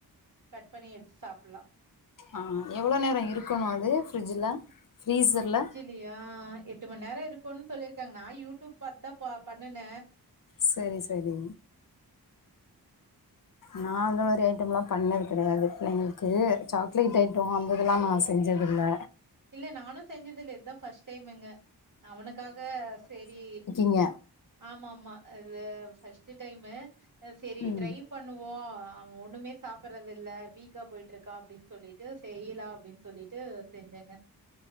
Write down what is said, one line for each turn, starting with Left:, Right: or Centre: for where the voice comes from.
Right: கட் பண்ணி எடுத்து சாப்புலா
Left: ஆஹ் எவ்வளோ நேரோ இருக்கணு அது ஃபிரிட்ஜுல ஃப்ரீசர்லா
Right: இல்லையா எட்டு மண் நேரோ இருக்குன் சொல்லிருக்காங்க நா யூடூப் பாத்தா ப பண்ணுன
Left: சரி சரி நா அந்த மாரி ஐட்டம் லா பண்ணது கடையாது பிள்ளைங்களுக்கு சாக்லேட் ஐட் டோ அந்த இதுலா நா செஞ்சதில்ல
Right: இல்ல நானு செஞ்சதில்ல இதுதா ஃபர்ஸ்ட் டைமுங்க அவனுக்காக சேரி
Left: ங்க
Right: ஆமா ஆமா இது கபஸ்டு டைமு சரி
Left: ம்
Right: ட்ரை பன் பண்ணுவோ அவன் ஒண்ணுமே சாப்புறது இல்ல வீக்கா போய்ட்ருக்கா அப்டின் சொல்லிட்டு செய்யலா அப்டின் சொல்லிட்டு <unintelligible>